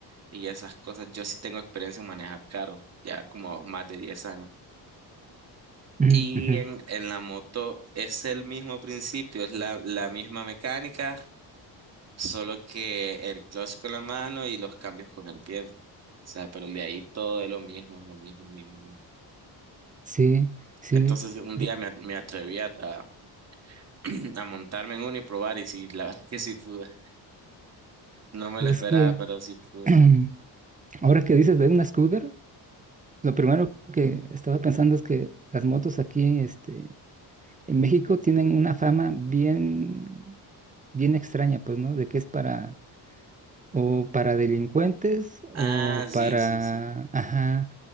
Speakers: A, on the right; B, on the right.
A: y esas cosas. Yo sí tengo experiencia en manejar carro, ya como más de 10 años.
B: Mm,
A: Y
B: ujú,
A: en, en la moto es el mismo principio, es la, la misma mecánica, solo que el clutch con la mano y los cambios con el pie. O sea, pero de ahí todo es lo mismo, lo mismo, mismo.
B: Sí, sí.
A: Entonces un
B: bu-
A: día me, me atreví a, a, <clears throat> a montarme en uno y probar y sí, la <laughs> verdad que sí pude. No me
B: pues
A: lo esperaba,
B: Es que
A: pero sí pude.
B: <clears throat> ahora que dices de una scooter, lo primero que estaba pensando es que las motos aquí, este en México tienen una fama bien, bien extraña, pues, ¿no? De que es para, o para delincuentes, o
A: Ah, sí,
B: para,
A: sí, sí.
B: ajá,